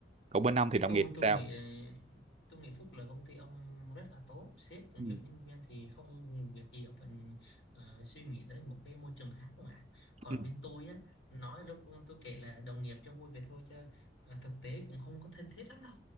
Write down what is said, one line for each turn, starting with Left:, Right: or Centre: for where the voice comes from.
Right: còn bên ông thì đồng
Left: tôi
Right: nghiệp
Left: tôi
Right: sao
Left: nghĩ tôi nghĩ Phúc là công ty ông rất là tốt sếp cũng
Right: ừ
Left: hiểu nhân viên thì không việc gì ông phải ờ, suy nghĩ tới một cái môi trường khác không ạ còn
Right: ừ
Left: bên tôi á nói lúc tôi kể là đồng nghiệp cho vui vậy thôi chứ ờ, thực tế cũng không có thân thiết lắm đâu